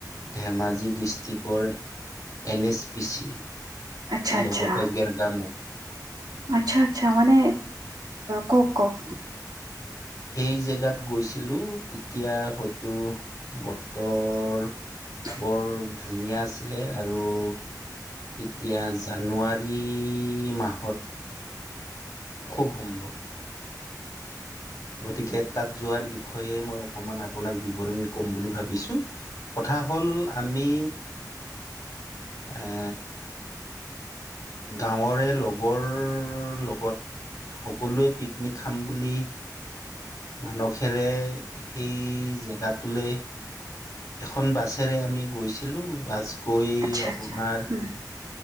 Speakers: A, on the left (about 50°); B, on the right (about 65°).
A: ধেমাজি ডিষ্ট্ৰিকৰ এন এছ পি চি
B: আচ্ছা
A: লগতে
B: আচ্ছা
A: গেমগামো
B: আচ্ছা আচ্ছা মানে কওক কওক
A: সেই জেগাত গৈছিলো তেতিয়া হয়তো বতৰ
B: <unintelligible>
A: বৰ ধুনীয়া আছিলে আৰু তেতিয়া জানুৱাৰী মাহত ভম্ভ গতিকে তাত যোৱাৰ বিষয়ে মই অকমান আপোনাক বিৱৰিণ কম বুলি ভাবিছো কথা হ'ল আমি এ গাঁৱৰে লগৰ লগত সকলোৱে পিকনিক খাম বুলি মানসেৰে সেই জেগাটোলে এখন বাছেৰে আমি গৈছিলো বাছ গৈ
B: আচ্ছা
A: আপোনাৰ
B: আচ্ছা উম